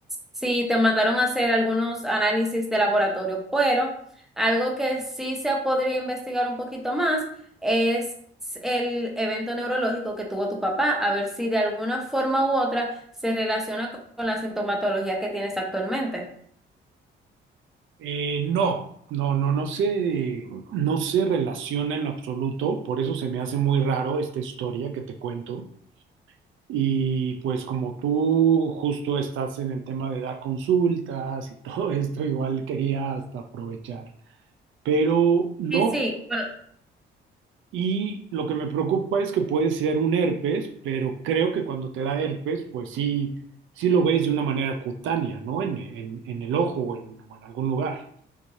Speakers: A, in the centre; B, on the right.
A: si te mandaron a hacer algunos análisis de laboratorio, pero algo que sí se podría investigar un poquito más es el evento neurológico que tuvo tu papá, a ver si de alguna forma u otra se relaciona con la sintomatología que tienes actualmente.
B: Eh, no, no, no, no se, no se relaciona en lo absoluto, por eso se me hace muy raro esta historia que te cuento. Y pues como tú justo estás en el tema de dar consultas y <laughs> todo esto, igual quería hasta aprovechar, pero no.
A: Sí, sí, bueno,
B: Y lo que me preocupa es que puede ser un herpes, pero creo que cuando te da herpes, pues sí, sí lo ves de una manera cutánea, ¿no? En, en, en el ojo o en o en algún lugar.